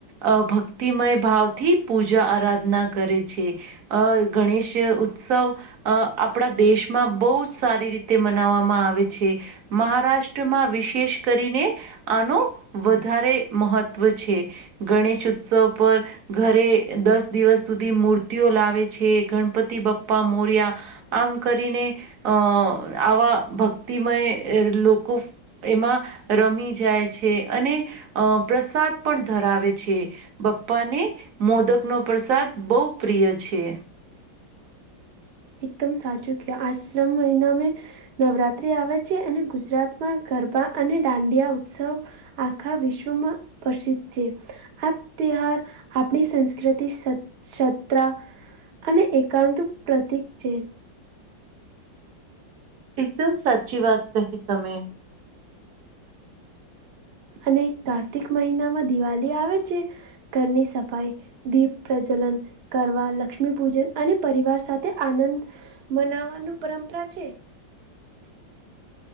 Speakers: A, on the right; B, on the right.
A: અ ભક્ ભક્તિમય ભાવથી પૂજા આરાધના કરે છે. અ ગણેશ ઉત્સવ અ આપણા દેશમાં બહુ જ સારી રીતે મનાવવામાં આવે છે. મહારાષ્ટ્રમાં વિશેષ કરીને આનું વધારે મહત્વ છે. ગણેશ ઉત્સવ પર ઘરે દસ દિવસ સુધી મૂર્તિઓ લાવે છે ગણપતિ બાપ્પા મોર્યા આમ કરીને અ આવા ભક્તિમય લોકો એમાં રમી જાય છે અને અ પ્રસાદ પણ ધરાવે છે. બપ્પાને મોદકનો પ્રસાદ બહુ પ્રિય છે.
B: એકદમ સાચું ક આશ્રમ મહિના મે નવરાત્રિ આવે છે અને ગુજરાતમાં ગરબા અને દાંડિયા ઉત્સવ આખા વિશ્વમાં પ્રસિદ્ધ છે. આ તિહાર આપણી સંસ્કૃતિ સતા અને એકાંત પ્રતીક છે.
A: એકદમ સાચી વાત કહી તમે.
B: અને કાર્તિક મહિનામાં દિવાળી આવે છે. કરની સફાઈ દીપ પ્રજવલન, કરવા લક્ષ્મી પૂજન અને પરિવાર સાથે આનંદ મનાવાનું પરંપરા છે.